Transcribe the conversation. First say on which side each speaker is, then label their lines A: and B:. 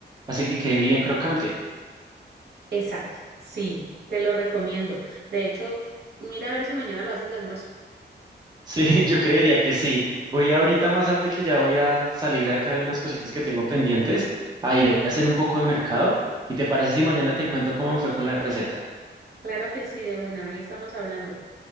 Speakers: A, on the right (about 20°); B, on the right (about 60°).
A: hace que quede bien crocante.
B: Exacto, sí, te lo recomiendo. De hecho, mira a ver si mañana lo haces de almuerzo.
A: Sí, <laughs> yo creería que sí. Voy ahorita más tarde que ya voy a salir acá de unas cositas que tengo pendientes a ir a hacer un poco de mercado. ¿Y te parece si mañana te cuento cómo me fue con la receta?
B: Claro que sí, de una, ahí estamos hablando.